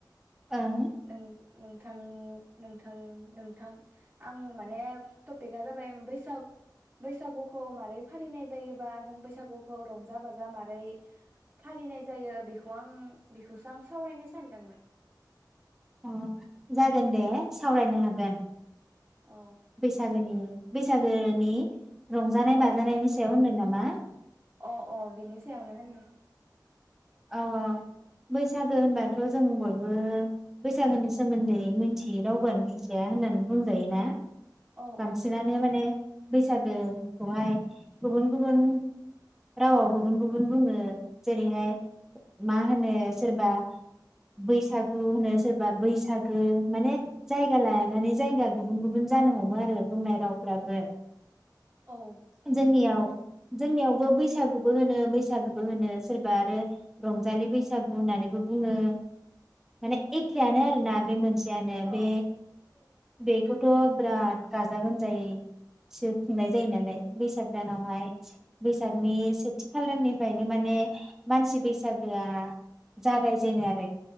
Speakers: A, in the centre; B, on the right.
A: ओं
B: नों नोंथां नोंथां नोंथां आं माने टपिकआ जाबाय बैसाग बैसागुखौ मारै फालिनाय जायोबा जों बैसागुखौ रंजा बाजा माबारै फालिनाय जायो बेखौ आं बेखौसो आं सावरायनो सानदोंमोन।
A: अ जागोन दे सावरायनो हागोन।
B: औ
A: बैसागोनि बैसागो नि रंजानाय
B: औ
A: बाजानायनि सायाव होनदों नामा? मा
B: अ अ बिनि सायावनो होनदों।
A: औ औ बैसागो होनबाथ' जों बयबो बैसागोनि सोमोन्दै मिथियै रावबोआानो गैखाया होननानै बुंजायो ना।
B: औ
A: बांसिनानो
B: औ
A: माने। बैसागोखौहाय गुबुन गुबुन रावाव गुबुन गुबुन बुङो जेरैहाय मा होनो सोरबा बैसागु होनो सोरबा बैसागो माने जायगा लानानै जायगा गुबुन गुबुन। जानो हमो आरो बुंनाय रावफ्राबो।
B: औ
A: जोंनियाव जोंनियावबो बैसागु होनो बैसागु होनो सोरबा आरो रंजालि बैसागु होननानैबो बुङो माने एखेआनो आरोना बे मोनसे सेयानो
B: औ
A: बे बेखौथ' बिराद गाजा गोमजायैसो खुंनाय जायो नालाय बैसाग दानावहाय बैसागनि सेथि खालारनिफ्रायनो माने मानसि बैसागोआ जागायजेनो आरो